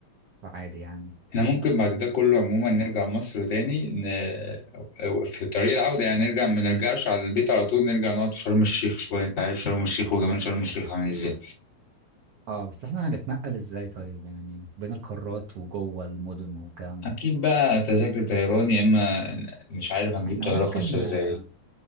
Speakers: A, on the right; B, on the left.
A: فعادي يعني
B: احنا ممكن بعد ده كله عموما نرجع مصر تاني ن... أو- في طريق العودة يعني نرجع ما نرجعش على البيت على طول نرجع نقعد في شرم الشيخ شوية انت عارف شرم الشيخ وجمال شرم الشيخ عامل ازاي
A: اه بس احنا هنتنقل ازاي طيب يعني بين القارات وجوه المدن والكلام
B: اكيد
A: ده
B: بقى تذاكر طيران يا اما مش عارف هنجيب
A: احنا
B: طياره
A: ممكن
B: خاصه ازاي
A: آه،